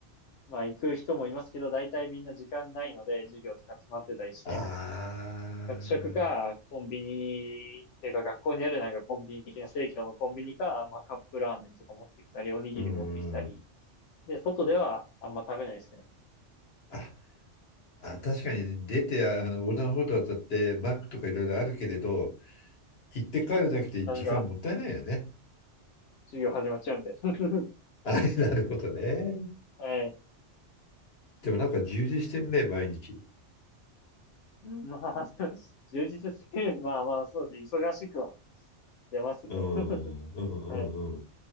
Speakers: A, on the left; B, on the left.
A: まあ行く人もいますけど、大体みんな時間ないので、授業とか詰まってたりして、
B: ああー、
A: 学食か、コンビニ、っていうか学校にあるなんかコンビニ的な生協のコンビニか、まあカップラーメンとか持ってきたり、おにぎり持ってきたり、
B: うーん。
A: で、外ではあんま食べないですね。
B: あ、あ、確かに出て、あの、横断歩道渡って、マックとかいろいろあるけれど、行って帰るだけで時間もったいないよね。
A: なんだ、授業始まっちゃうんで。<laughs>
B: あれ、なるほどね。
A: はい。
B: でもなんか充実してるね、毎日。
A: まあ、<laughs> 充実して、まあまあ、そうですね。忙しくは出ますね。
B: うん、
A: <laughs>
B: うん、うん、
A: はい。
B: うん。